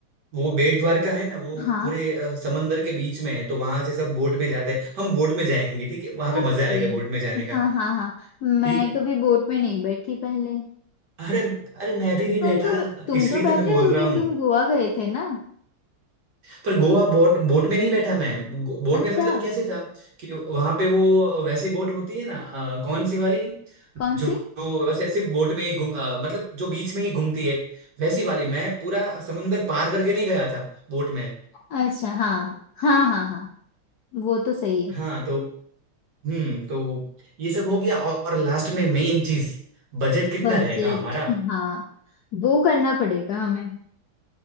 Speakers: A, on the right; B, on the left.
A: वो बेट द्वारका है ना वो
B: हाँ
A: पूरे अ, समंदर के बीच में है तो वहां से सब बोट में जाते हैं हम बोट में जाएंगे ठीक है वहां पे
B: ओके
A: मजा आएगा बोट में जाने का
B: हाँ हाँ हाँ मैं
A: ठीक है
B: कभी बोट में नहीं बैठी पहले
A: अरे अरे मैं भी नहीं बैठा
B: तुम तो तुम
A: इसलिए
B: तो
A: तो
B: बैठे
A: मैं बोल
B: होगे
A: रहा
B: तुम गोवा गए थे ना
A: पर गोवा बोट बोट में नहीं बैठा मैं गो- बोट
B: अच्छा
A: में मतलब कैसे था कि वहां पे वो वैसी बोट होती है ना अ, कौन सी वाली
B: कौन
A: जो
B: सी
A: जो वैसे सिर्फ बोट में ही घूम अ, मतलब जो बीच में ही घूमती है वैसी वाली मैं पूरा समंदर पार करके नहीं गया था बोट में
B: अच्छा हाँ हाँ हाँ हाँ वो तो सही है
A: हाँ तो हम्म तो ये सब हो गया और लास्ट में मेन चीज बजट कितना
B: बजट
A: रहेगा हमारा
B: हाँ वो करना पड़ेगा हमें